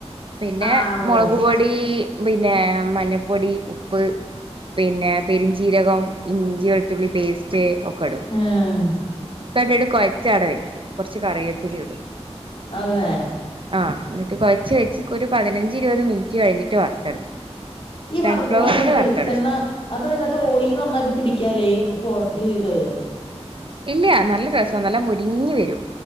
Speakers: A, on the right; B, on the left.
A: പിന്നെ
B: ആഹ്
A: മൊളക്
B: ഉവ്വ
A: പൊടി പിന്നെ മഞ്ഞപ്പൊടി ഉപ്പ് പിന്നെ പെരുഞ്ചീരകം ഇഞ്ചി വെളുത്തുള്ളി പേസ്റ്റ് ഒക്കെ ഇടും
B: ഉം
A: കണ്ടട് കൊഴച്ചാട വെക്കും കൊറച്ച കറിയേപ്പില ഇടും
B: അതെ
A: ആഹ് എന്നിട്ട് കൊയച്ച് വെച്ചി ഒരു പതിനഞ്ച് ഇരുപത് മിനിറ്റ് കഴിഞ്ഞിട്ട് വറുത്തെടുക്കും
B: ഈ വർകുമ്പ
A: സൺഫ്ലവറിൽ
B: അതിനകത്ത് വെളിച്ചെണ്ണ
A: വറുത്തെടുക്കും
B: അതോ അതിനത്ത് ഓയിയില് നന്നായിട്ട് പിടിക്കാലേ ഈ കോൺ ഇത്
A: ഇല്ല നല്ല രസാ നല്ല മൊരിഞ്ഞ് വരും